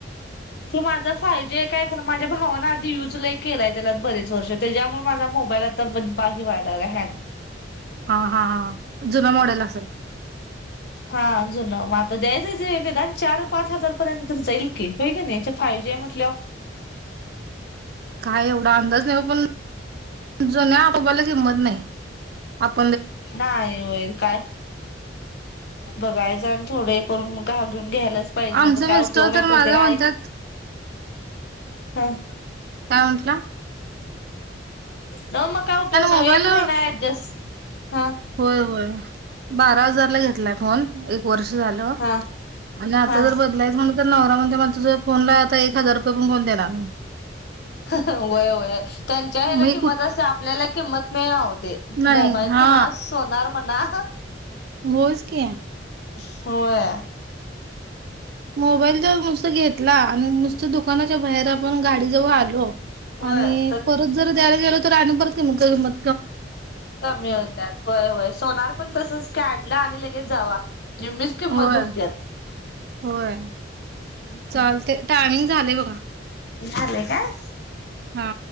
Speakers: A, on the left; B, on the right.
A: हे माझा फायजी काय खरं माझ्या भावानं आधी युज लय केलाय त्याला बरेच वर्ष त्याच्यामुळे माझा मोबाईल आता बंद व्हाय लागलाय हे हँग
B: हा हा हा जुना मॉडेल असलं
A: हा जुना मग आता द्यायचाच निदान चार, पाच हजार पर्यंत तरी जाईल की होय कनी यांच्या फायजी म्हटल्यावर
B: काय एवढा अंदाज नाही ओ पण जुना मोबाईलला किंमत नाही आप
A: काय होईल काय बघायचं आणि थोडं हे करून घालून घ्यायलाच पाहिजे नाहीतर
B: आमचे
A: काय
B: मिस्टर
A: उपयोग नाही
B: तर माझा
A: प्रत्येक
B: म्हणतात
A: काय
B: तटला
A: न मग काय उपयोग नाही
B: मोबाईल
A: एक महिना ऍडजस्ट हा
B: होय होय बारा हजार ला घेतलाय फोन एक वर्ष आ ब
A: हा
B: म्ह
A: हा
B: नरा म्हण मझ तुझ फोनला आता एक हजार रुपये पण कोण देणार
A: वय वय त्यांच्या ह्याला
B: मी
A: किंमत
B: कुठ
A: असते आपल्याला किंमत स्नेआउट ते
B: नाही
A: मोबाईल
B: हा
A: म्हणा सोनार म्हणा
B: होच क
A: होय
B: म मोबाईल ज नु घेतला आणि नुसतं दुकानाच्या बाहेर आपण गाडी जवळ आलो
A: होय
B: आणि
A: तर
B: परत जर द्यायला गेला रा मग म
A: कमी होत्याात. होय-होय सोनार पण तसच आणलं आणि लगेच जावा. निम्मीच किंमत
B: होय-होय
A: धरत्यात. हम्म
B: चालतय टामिंग. झालय बघा.
A: झालय काय.
B: हा.